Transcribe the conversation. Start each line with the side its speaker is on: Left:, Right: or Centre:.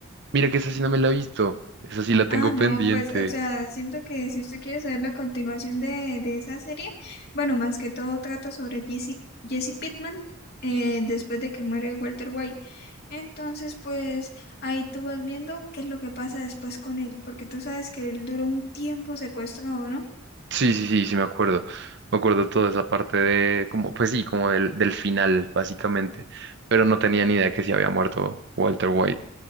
Right: mira que esa sí no me la he visto, esa sí la
Left: Ah,
Right: tengo
Left: no,
Right: pendiente.
Left: pues, o sea, siento que si usted quiere saber la continuación de, de esa serie, bueno, más que todo trata sobre Jesse, Jesse Pittman eh, después de que muere Walter White. Entonces, pues, ahí tú vas viendo qué es lo que pasa después con él, porque tú sabes que él duró un tiempo secuestrado, ¿no?
Right: Sí, sí, sí, sí, me acuerdo. Me acuerdo toda esa parte de, como, pues sí, como del, del final, básicamente. Pero no tenía ni idea que se había muerto Walter White.